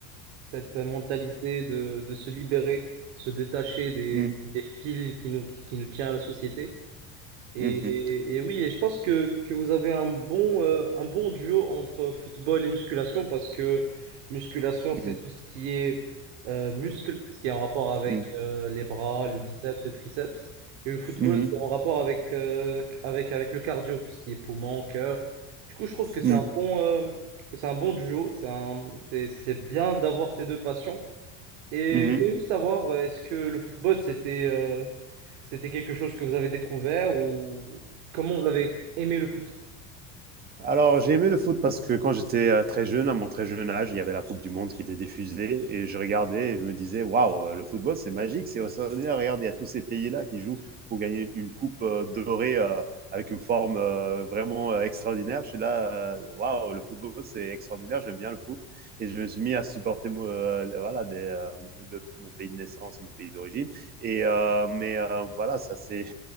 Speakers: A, on the right; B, on the right.
A: cette euh, mentalité de, de se libérer, se détacher des,
B: Mhm,
A: des fils qui nous, qui nous tient à la société. Et,
B: mhm,
A: et- et oui, et je pense que, que vous avez un bon, euh, un bon duo entre football et musculation parce que musculation,
B: mhm,
A: c'est tout ce qui est euh, muscle, ce qui est en rapport avec
B: mhm,
A: euh, les bras, le biceps, le triceps. Et le football,
B: mhm,
A: c'est en rapport avec, euh, avec, avec le cardio, tout ce qui est poumon, cœur. Du coup, je trouve que c'est
B: mhm,
A: un bon, euh, que c'est un bon duo. C'est un, c'est, c'est bien d'avoir ces deux passions. Et
B: mhm.
A: je voulais juste savoir, euh, est-ce que le football, c'était euh, c'était quelque chose que vous avez découvert ou comment vous avez aimé le foot?
B: Alors, j'ai aimé le foot parce que quand j'étais euh, très jeune, à mon très jeune âge, il y avait la Coupe du Monde qui était diffusée et je regardais et je me disais, waouh, euh, le football, c'est magique, c'est extraordinaire. Regardez, il y a tous ces pays-là qui jouent pour gagner une coupe euh, dorée euh, avec une forme euh, vraiment euh, extraordinaire. Je suis là, euh, waouh, le football, c'est extraordinaire, j'aime bien le foot. Et je me suis mis à supporter mo- euh, voilà, des, euh, de- mon pays de naissance, mon pays d'origine. Et euh, mais euh, voilà, ça c'est